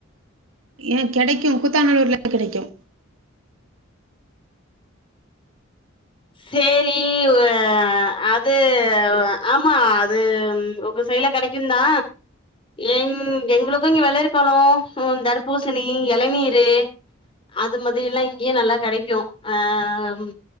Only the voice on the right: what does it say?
ஏ கெடைக்கும் குத்தா நல்லூர்ல கெடைக்கு